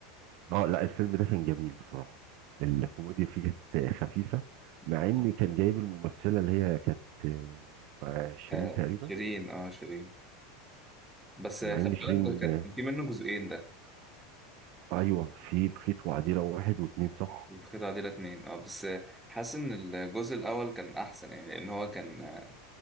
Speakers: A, on the right; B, in the centre.
A: اه لا الفيلم ده كان جميل بصراحة الكوميديا فيه كانت خفيفة مع
B: ده
A: ان كان جايب الممثلة اللي هي كانت آه، آه، شيرين
B: آه
A: تقريبا
B: شيرين اه شيرين بس
A: مع
B: آه، خلي
A: ان شيرين
B: بالك ده كان
A: آه،
B: كان في منه جزئين ده
A: ايوه في بخيت وعديلة واحد واتنين صح
B: بخيت عديلة اتنين اه بس آه، حاسس ان الجزء الاول كان احسن يعني لان هو كان آه،